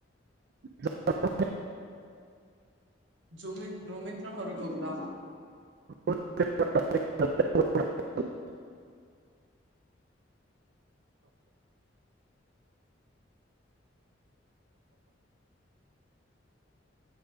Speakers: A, on the right; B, on the right.
A: ಹ <unintelligible>
B: ಜೂಮಿನ್ ರೂಮಿತ್ರ ಹೊರಗ ಹೋಗ್ಲಾ
A: <unintelligible>